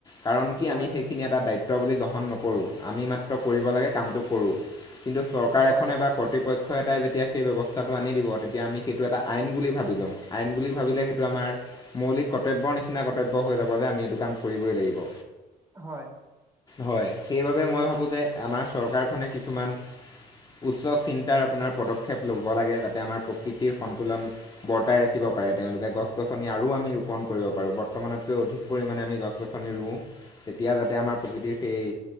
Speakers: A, on the left (about 25°); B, on the right (about 15°).
A: কাৰণ
B: হয়
A: কি আমি সেই খিনি এটা দায়িত্ব বুলি গ্ৰহণ নকৰোঁ আমি মাত্ৰ কৰিব লাগে কামটো কৰোঁ। কিন্তু চৰকাৰ
B: হয় হয়
A: এখনে বা কৰ্তৃপক্ষ ক্ষতাই যেতিয়া সেই ব্যৱস্থাটো আনি দিব তেতিয়া আমি সেইটো এটা আইন বুলি ভাবি ল'ম আইন বুলি ভাবিলে সেইটো আমাৰ মৌলিক কৰ্তব্যৰ নিচিনা কৰ্তব্য হৈ যাব যে আমি এইটো কাম কৰিবই লাগিব।
B: হয়।
A: হয় সেইবাবে মই ভাবোঁ যে আমাৰ চৰকাৰখনে কিছুমান উচ্চ চিন্তাৰ আপোনাৰ পদক্ষেপ ল'ব লাগে যাতে আমাৰ প্ৰকৃতিৰ সন্তুলন বৰ্তাই ৰাখিব পাৰে তেওঁলোকে গছ গছনি আৰু আমি ৰোপণ কৰিব পাৰোঁ বৰ্তমানতকৈ অধিক পৰিমাণে আমি গছ গছনি ৰুওঁ। তেতিয়া যাতে আমাৰ প্ৰকৃতিৰ সেই